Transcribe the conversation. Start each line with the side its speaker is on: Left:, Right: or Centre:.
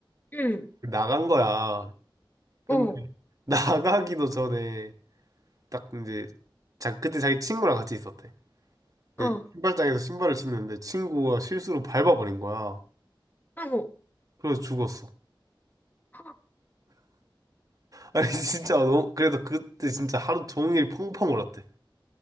Left: 응.
Right: 나간 거야. 근데
Left: 어.
Right: <laughs> 나가기도 전에 딱 이제 자 그때 자기 친구랑 같이 있었대. 근데
Left: 어.
Right: 신발장에서 신발을 신는데 친구가 실수로 밟아버린 거야.
Left: 아이고.
Right: 그래서 죽었어.
Left: 헉,
Right: 아니 <laughs> 진짜 너무 그래서 그때 진짜 하루 종일 펑펑 울었대.